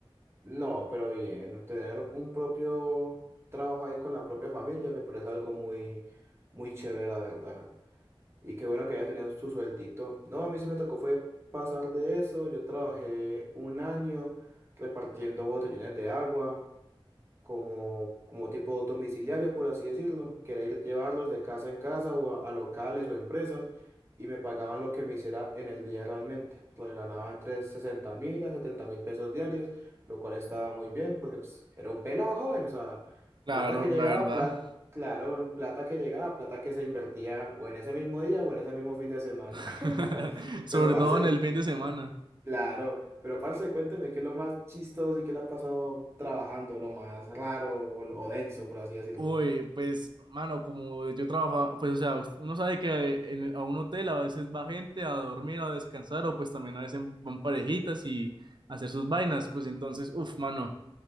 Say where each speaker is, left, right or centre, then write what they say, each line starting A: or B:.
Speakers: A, on the right; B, on the right.
A: No, pero bien, tener un propio trabajo ahí con la propia familia me parece algo muy, muy chévere, la verdad. Y qué bueno que haya tenido su sueltito. No, a mí sí me tocó fue pasar de eso. Yo trabajé un año repartiendo botellones de agua. como, como tipo domiciliario, por así decirlo, que era ir llevarlos de casa en casa o a, a locales o empresas y me pagaban lo que me hiciera en el día realmente. Lo ganaba entre sesenta mil a setenta mil pesos diarios, lo cual estaba muy bien porque pues, era un pelado joven, o sea,
B: Claro,
A: plata que llegaba,
B: la verdad.
A: pla- claro, era un plata que llegaba, plata que se invertía o en ese mismo día o en ese mismo fin de semana.
B: <laughs>
A: <laughs>
B: Sobre
A: Pero parce.
B: todo en el fin de semana.
A: Claro, pero parce, cuénteme qué es lo más chistoso y qué le ha pasado trabajando, lo más raro o, lo- o denso, por así decirlo.
B: Uy, pues, mano, como yo trabajaba, pues, o sea, uno sabe que eh, en- a un hotel a veces va gente a dormir, a descansar, o pues también a veces van parejitas y a hacer sus vainas, pues entonces, uff, mano,